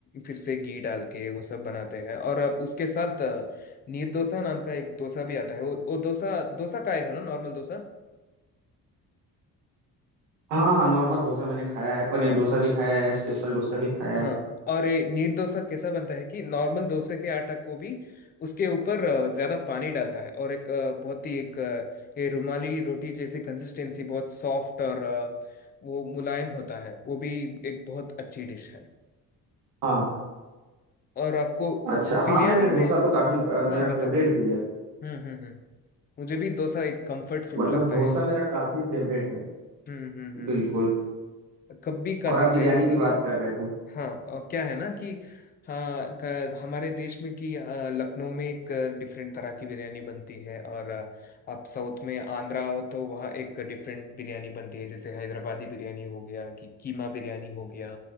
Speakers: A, on the left; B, on the right.
A: फिर से घी डाल के वो सब बनाते हैं और अब उसके साथ अ, नीर डोसा नाम का एक डोसा भी आता है वो वो डोसा डोसा का है ना नॉर्मल डोसा
B: हाँ हाँ नॉर्मल डोसा मैंने खाया है पनीर
A: हाँ
B: डोसा भी खाया है स्पेशल डोसा भी खाया
A: हाँ
B: है
A: और ये नीर डोसा कैसा बनता है कि नॉर्मल डोसे के आटा को भी उसके ऊपर अ, ज्यादा पानी डालता है और एक अ, बहुत ही एक अ, ये रुमाली रोटी जैसी कंसिस्टेंसी बहुत सॉफ्ट और अ, वो मुलायम होता है वो भी एक बहुत अच्छी डिश है
B: हाँ
A: और आपको
B: अच्छा
A: बिरयानी
B: हाँ मैंने डोसा
A: में
B: तो काफी अ,
A: हाँ
B: मेरा
A: बताओ
B: फेवरेट
A: बताओ
B: भी है
A: हम्म हम्म हम्म मुझे भी डोसा एक कंफर्ट फूड
B: मतलब
A: लगता
B: डोसा
A: है
B: मेरा काफी फेवरेट है
A: हम्म हम्म हम्म
B: बिल्कुल
A: हम्म कब भी खा
B: और
A: सकते
B: आप बिरयानी
A: हैं डोसा
B: की बात कर रहे थे
A: हाँ और क्या है ना कि हाँ क- हमारे देश में कि अ, लखनऊ में एक डिफरेंट तरह की बिरयानी बनती है और अ, आप साउथ में आंध्रा हो तो वहाँ एक डिफरेंट बिरयानी बनती है जैसे हैदराबादी बिरयानी हो गया कि कीमा बिरयानी हो गया